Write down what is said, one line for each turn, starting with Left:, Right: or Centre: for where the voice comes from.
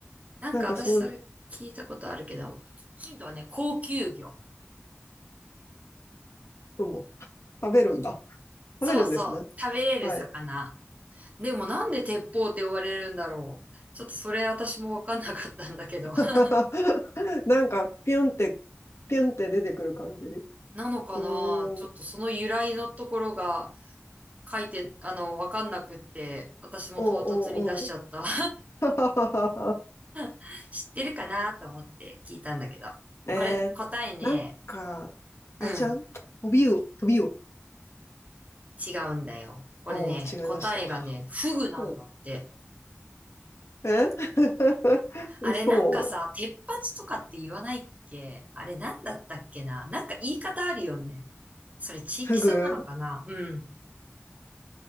Right: なんか私それ聞いたことあるけど、
Left: なんかそういう
Right: ヒントはね、高級魚。
Left: のも <laughs> 食べるんだ。
Right: そうそう、
Left: 食べるんですね。
Right: 食べれる魚。
Left: はい。
Right: でもなんで鉄砲って呼ばれるんだろう。ちょっとそれ私もわかんなかったんだけど。
Left: <laughs>
Right: <laughs>
Left: なんか、ピュンって、ピュンって出てくる感じ。う
Right: なのかなちょっとその由来のところが
Left: ーん。うん
Right: 書いて、あの、わかんなくって、私も唐突に出しちゃったわ。
Left: うんうん。<laughs>
Right: <laughs> 知ってるかなと思って聞いたんだけど。
Left: えー、
Right: これ、答えね、
Left: なんか、あれじゃん飛び魚、
Right: うん、
Left: 飛び魚。
Right: 違うんだよ。これね、
Left: おお違いました
Right: 答えがね、フグなんだって。
Left: うん。え <laughs>
Right: あれなんかさ、
Left: 嘘。
Right: 鉄八とかって言わないっけあれなんだったっけななんか言い方あるよね。それ地域差なのかなうん。
Left: フグ。